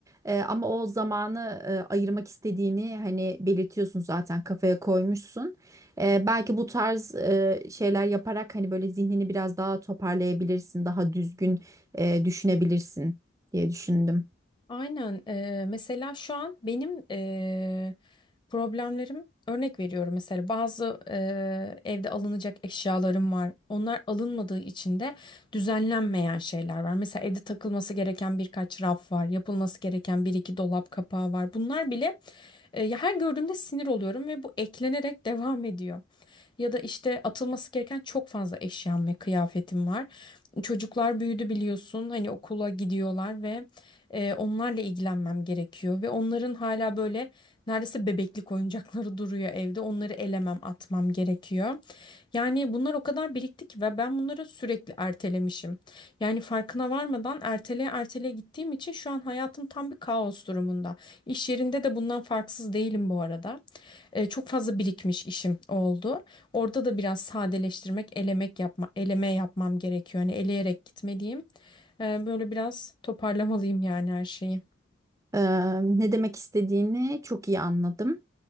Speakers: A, on the right (about 15°); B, on the left (about 25°).
A: Eee, ama o zamanı eee, ayırmak istediğini hani belirtiyorsun zaten kafaya koymuşsun. Eee, belki bu tarz eee, şeyler yaparak hani böyle zihnini biraz daha toparlayabilirsin, daha düzgün eee, düşünebilirsin diye düşündüm.
B: Aynen. eee, mesela şu an benim eee, problemlerim örnek veriyorum mesela bazı eee, evde alınacak eşyalarım var. Onlar alınmadığı için de düzenlenmeyen şeyler var. Mesela evde takılması gereken birkaç raf var, yapılması gereken bir iki dolap kapağı var. Bunlar bile eee, ya her gördüğümde sinir oluyorum ve bu eklenerek <laughs> devam ediyor ya da işte atılması gereken çok fazla eşyam ve kıyafetim var. Çocuklar büyüdü biliyorsun hani okula gidiyorlar ve e, onlarla ilgilenmem gerekiyor ve onların hala böyle neredeyse bebeklik oyuncakları <laughs> duruyor evde onları elemem atmam gerekiyor. Yani bunlar o kadar birikti ki ve ben bunları sürekli ertelemişim. Yani farkına varmadan erteleye erteleye gittiğim için şu an hayatım tam bir kaos durumunda. İş yerinde de bundan farksız değilim bu arada. E, çok fazla birikmiş işim oldu. Orada da biraz sadeleştirmek, elemek yapma, eleme yapmam gerekiyor. Hani eleyerek gitmeliyim. Ee, böyle biraz toparlamalıyım yani her şeyi.
A: Eee, ne demek istediğini çok iyi anladım.